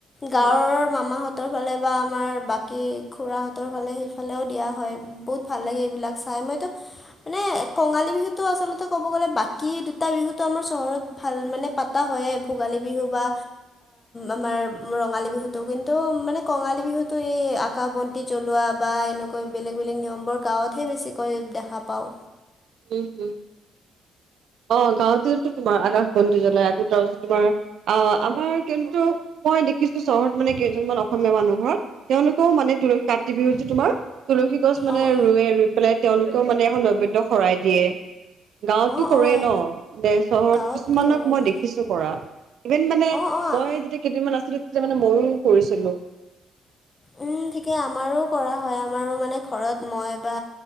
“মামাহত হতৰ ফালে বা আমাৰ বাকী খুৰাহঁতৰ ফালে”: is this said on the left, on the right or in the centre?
Left